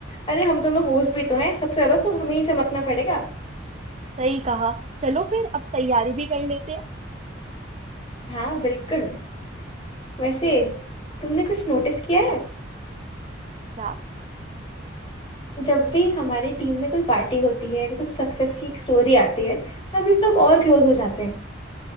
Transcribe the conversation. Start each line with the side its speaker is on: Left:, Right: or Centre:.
Left: अरे हम दोनों होस्ट भी तो हैं सबसे ज्यादा तो हमें ही चमकना पड़ेगा
Right: सही कहा चलो फिर अब तैयारी भी कर लेते हैं
Left: हाँ बिल्कुल वैसे तुमने कुछ नोटिस किया है
Right: क्या
Left: जब भी हमारी टीम में कोई पार्टी होती है कुछ सक्सेस की एक स्टोरी आती है सब लोग और क्लोज हो जाते हैं